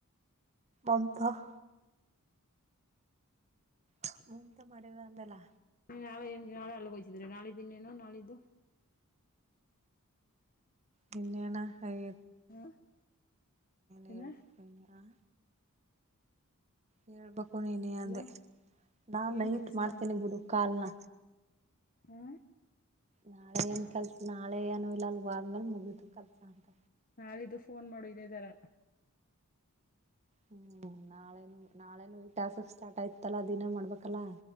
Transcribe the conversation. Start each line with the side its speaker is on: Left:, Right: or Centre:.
Right: ಒಂತ <inaudible> ಹಮಂತ ಮಾಡದ ಅಂತಲ್ಲ
Left: ನಾಳೆಏನ್ಗೆ ನಾಳೆ ಅಳಗೆೋಯ್ದ್ರಿ ನಾಳಿದ್ದ ಇನ್ನೇನು ನಾಳಿದ್ದು
Right: ನಿನ್ನೇನ ಅರಿ
Left: ಹಾ
Right: ಹೇಳ್ಬೇಕು
Left: ಎನ್ನ
Right: ಇನ್ ಆ ಹೇಳ್ಬೇಕು ನೀನಿ ಅಂದೆ
Left: ಹಲೋ
Right: ನಾನ್
Left: ಏನ್
Right: ನೈಟ್
Left: ಕೆಲ್ಸ
Right: ಮಾಡ್ತೇನಿ ಬಿಡು ಕಾಲ್ನ
Left: ಹ
Right: ನಾಳೆ ಏನ್ ಕೆಲ್ಸ ನಾಳೆ ಏನು ಇಲ್ಲ ಅಲ್ ಆದ್ಮೇಲೆ ಮುಗಿತು ಕೆಲ್ಸ ಅಂತ
Left: ನಾಳಿದ್ದು ಫೋನ್ ಮಾಡು ಇದೇ ತರ
Right: ಹ್ಮ್ ನಾಳೆನು ನಾಳೆನು ಈ ಕಾಸಕ್ ಸ್ಟಾರ್ಟ್ ಆಯ್ತಲ್ಲ ದಿನ ಮಾಡ್ಬೇಕಲ್ಲ